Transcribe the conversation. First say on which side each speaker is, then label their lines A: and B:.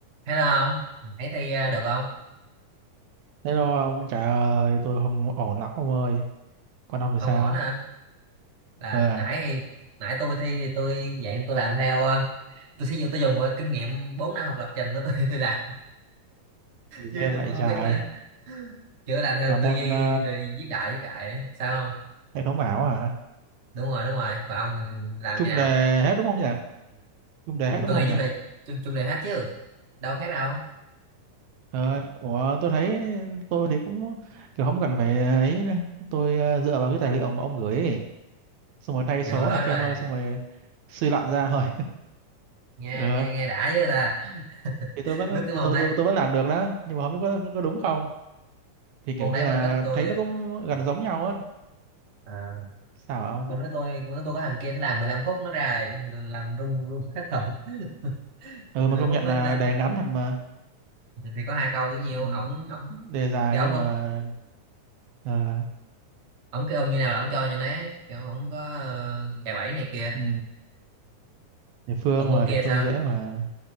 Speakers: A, on the right; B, on the right.
A: Hello không? Ấy thi ờ, được không?
B: Hello ông, trời ơi, tôi không ổn lắm ông ơi. Con ông thì
A: Không
B: sao?
A: ổn à? Là
B: Ờ,
A: nãy nãy tôi thi thì tôi dạng tôi làm theo ờ, tôi sử dụng tôi dùng qua kinh nghiệm 4 năm học lập trình của tôi <laughs> tôi làm
B: gì
A: chứ
B: ghê vậy
A: tôi cũng không
B: trời?
A: biết nữa. Chưa làm theo
B: Là môn
A: tư duy
B: ờ,
A: rồi viết đại viết đại á. sao không?
B: hệ thống ảo hả?
A: Đúng rồi đúng rồi. Còn ông thì làm
B: Chung
A: như nào?
B: đề hết đúng không nhỉ? Chung đề hết đúng
A: Tôi
B: không
A: nghĩ
B: nhỉ?
A: chung đề chung, chung đề hết chứ. Đâu khác đâu.
B: Ờ, ủa, tôi thấy tôi thì cũng kiểu không cần phải ấy nữa. Tôi ờ, dựa vào cái tài liệu mà ông gửi ấy. Xong rồi thay
A: Vừa
B: số
A: đó
B: này kia
A: rồi
B: thôi, xong rồi suy luận ra thôi.
A: nghe
B: Ờ,
A: nghe nghe đã chứ ta.
B: thì tôi
A: <laughs>
B: vẫn
A: Lúc cái
B: tôi,
A: môn đấy
B: tôi, tôi vẫn làm được đó, nhưng mà không biết có, có, có đúng không? Thì kiểu
A: môn
B: như
A: đấy
B: là
A: bên lớp tôi
B: thấy nó cũng
A: ờ,
B: gần giống nhau á.
A: à,
B: Sao hả ông?
A: bên đó tôi bên đó tôi có thằng kia nó làm 15 phút nó ra rồi, làm rung rung hết hồn <laughs>
B: Ừ
A: 15
B: mà công
A: phút
B: nhận
A: lên
B: là
A: lên
B: đề ngắn thật mà.
A: thì có hai câu chứ nhiều
B: ừ.
A: ổng ổng
B: đề dài
A: thì ổng
B: nhưng mà
A: ổng
B: ờ,
A: ổng cái ông như nào là ổng cho như nấy thì ổng ổng có ờ, cài bẫy này kia
B: ừ. địa phương
A: còn môn
B: mà
A: kia
B: địa phương
A: sao
B: dễ mà